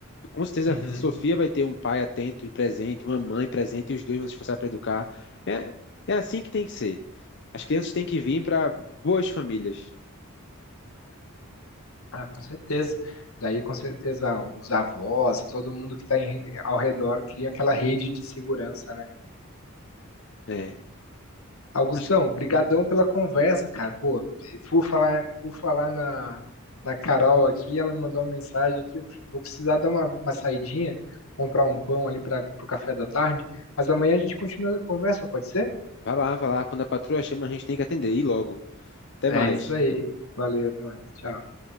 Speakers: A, on the left; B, on the left.
A: Com certeza,
B: Uhum.
A: a Sofia vai ter um pai atento e presente, uma mãe presente, e os dois vão se esforçar para educar. É, é assim que tem que ser. As crianças têm que vir para boas famílias.
B: Ah, com certeza. Daí, com certeza, os avós, todo mundo que está ao redor cria aquela rede de segurança, né?
A: É.
B: Augustão,
A: Mas
B: brigadão pela conversa, cara. Pô, por falar, por falar na, na Carol aqui, ela me mandou uma mensagem aqui, eu vou precisar dar uma, uma saidinha, comprar um pão ali para o café da tarde, mas amanhã a gente continua a conversa, pode ser?
A: vá lá, vá lá. Quando a patroa chama, a gente tem que atender. E logo. Até
B: É
A: mais.
B: isso aí. Valeu, até mais. Tchau.